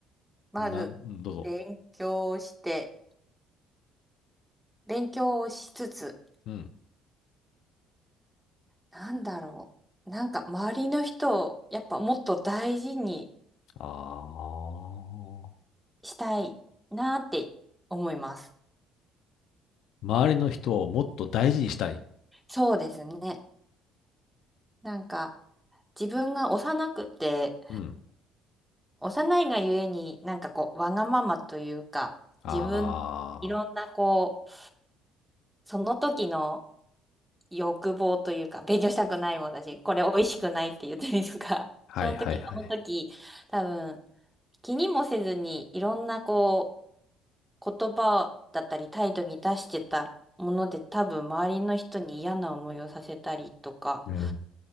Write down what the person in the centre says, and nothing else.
まず、
勉強して、勉強をしつつ、
なんだろう。なんか周りの人をやっぱもっと大事に
したいなって思います。
そうですね。なんか自分が幼くて、
幼いがゆえになんかこうわがままというか、
自分いろんなこう、その時の欲望というか、勉強したくないもんだし、これ美味しくないって言ったりとか、
その時その時多分気にもせずにいろんなこう言葉だったり態度に出してたもので多分周りの人に嫌な思いをさせたりとか